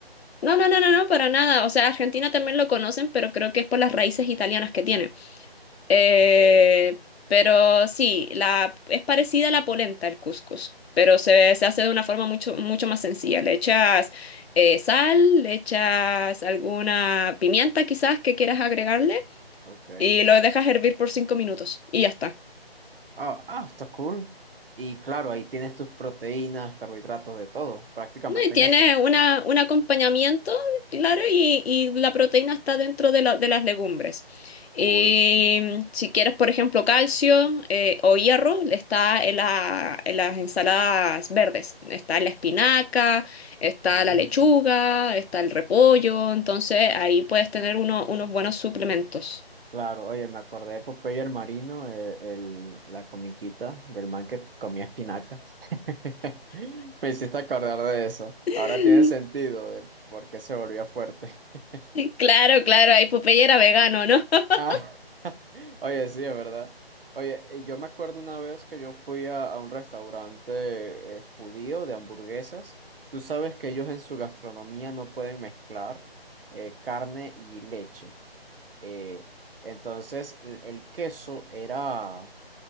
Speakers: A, on the left; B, on the right.
A: No, no, no, no, no, para nada. O sea, Argentina también lo conocen, pero creo que es por las raíces italianas que tiene. Eh,
B: Ok,
A: pero sí, la, es parecida a la polenta, el cuscús, pero se, se hace de una forma mucho, mucho más sencilla. Le echas eh, sal, le echas alguna pimienta quizás que quieras agregarle
B: ok.
A: y lo dejas hervir por cinco minutos y ya está.
B: Ah, ah, está cool. Y claro, ahí tienes tus proteínas, carbohidratos, de todo, prácticamente
A: No, y tiene
B: en eso.
A: una, un acompañamiento, claro, y, y la proteína está dentro de, la- de las legumbres. Y
B: Cool.
A: si quieres, por ejemplo, calcio eh, o hierro, está en la- en las ensaladas verdes. Está la espinaca, está
B: Mm.
A: la lechuga, está el repollo. Entonces, ahí puedes tener uno- unos buenos suplementos.
B: Claro, oye, me acordé de Popeye el Marino, eh, el- la comiquita del man que comía espinacas. <laughs> Me hiciste acordar de eso.
A: <laughs>
B: Ahora tiene sentido de por qué se volvía fuerte. <laughs>
A: Claro, claro, ahí Popeye era vegano, ¿no? <laughs>
B: Ah, <laughs> oye, sí, es verdad. Oye, y yo me acuerdo una vez que yo fui a, a un restaurante eh, judío de hamburguesas. Tú sabes que ellos en su gastronomía no pueden mezclar eh, carne y leche. Eh, entonces, el el queso era